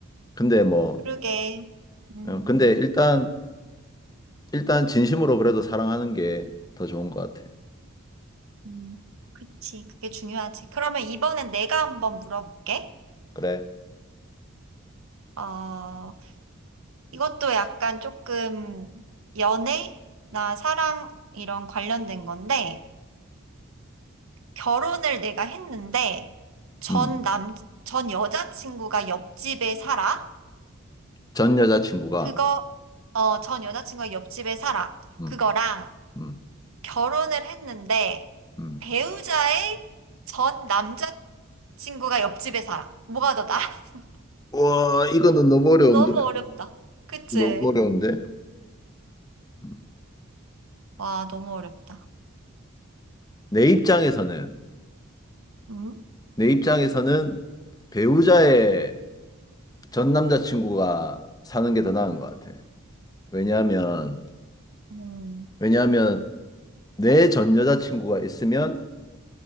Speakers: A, on the left; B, on the right.
A: 근데 뭐
B: 그러게. 음,
A: 어, 근데 일단, 일단 진심으로 그래도 사랑하는 게 더 좋은 것 같아.
B: 음, 그치. 그게 중요하지. 그러면 이번엔 내가 한번 물어볼게.
A: 그래.
B: 어, 이것도 약간 조금 연애나 사랑 이런 관련된 건데, 결혼을 내가 했는데, 전
A: 음,
B: 남, 전 여자친구가 옆집에 살아?
A: 전 여자친구가,
B: 그거, 어, 전 여자친구가 옆집에 살아.
A: 음,
B: 그거랑
A: 음,
B: 결혼을 했는데,
A: 음,
B: 배우자의 전 남자친구가 옆집에 살아. 뭐가 더 나아? <laughs>
A: 와, 이거는 너무 어려운데.
B: 너무 어렵다. 그치?
A: 너무 음. 어려운데. 음.
B: 와, 너무 어렵다.
A: 내 입장에서는,
B: 음?
A: 내 입장에서는 배우자의 전 남자친구가 사는 게 더 나은 것 같아. 왜냐하면,
B: 음.
A: 왜냐하면 내 전 여자친구가 있으면